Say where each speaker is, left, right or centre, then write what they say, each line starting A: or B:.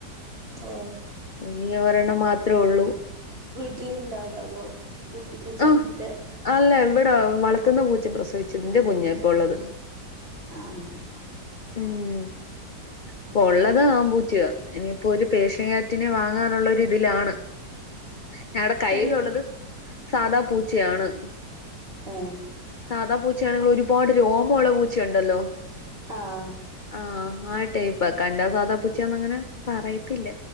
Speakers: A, on the right; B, on the left.
A: ഓ
B: ഇനിയാ ഒരണ്ണം മാത്രേ ഒള്ളൂ.
A: വീട്ടില്ണ്ടായതോ അതോ കുട്ടിപ്പൂച്ച
B: ആഹ്,
A: അങ്ങനത്തെ
B: അല്ല ഇവിടെ വളർത്തുന്ന പൂച്ച പ്രസവിച്ചതിന്റെ കുഞ്ഞാ ഇപ്പൊ ഉള്ളത്.
A: ആ അങ്ങനെ
B: ഉം ഇപ്പൊ ഒള്ളത് ആം പൂച്ചയാ. ഇനിയിപ്പൊരു പേർഷ്യ ക്യാറ്റിനെ വാങ്ങാനുള്ള ഒരു ഇതിലാണ്. ഞങ്ങടെ കയ്യിലുള്ളത്
A: അയിന്
B: സാധാ പൂച്ചയാണ്.
A: എഹ്
B: സാധാ പൂച്ചയാണെങ്കിൽ ഒരുപാട് രോമോള്ള പൂച്ചയുണ്ടല്ലോ?
A: ആഹ്
B: ആഹ് ആ ടൈപ്പ്. കണ്ടാ സാധാ പൂച്ചയാന്നങ്ങനെ പറയത്തില്ല.